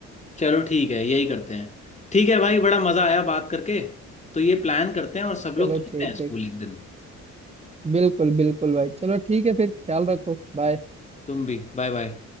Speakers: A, on the left; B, on the right.
A: चलो ठीक है यही करते हैं ठीक है भाई बड़ा मज़ा आया बात करके तो ये प्लान करते हैं और सब लोग
B: चलो
A: चलते
B: ठीक
A: हैं स्कूल
B: ठीक
A: एक दिन
B: बिल्कुल बिल्कुल भाई चलो ठीक है फिर ख्याल रखो बाय
A: तुम भी बाय बाय